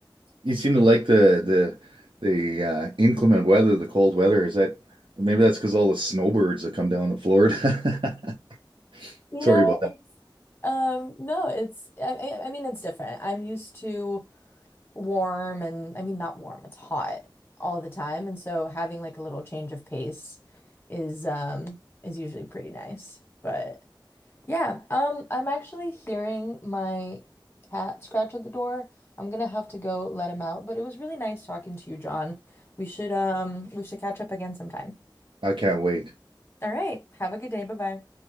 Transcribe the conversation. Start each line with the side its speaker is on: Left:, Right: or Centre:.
Right: You seem to like the the the uh, inclement weather, the cold weather. Is that maybe that's because all the snowbirds that come down to Florida? <laughs>
Left: You
Right: Sorry
Left: know,
Right: about that.
Left: it's, um, no, it's, I, I I mean, it's different. I'm used to warm and, I mean, not warm, it's hot all the time. And so having like a little change of pace is, um, is usually pretty nice. But Yeah, um, I'm actually hearing my cat scratch at the door. I'm gonna have to go let him out, but it was really nice talking to you, John. We should um we should catch up again sometime.
Right: I can't wait.
Left: All right, have a good day. Bye-bye.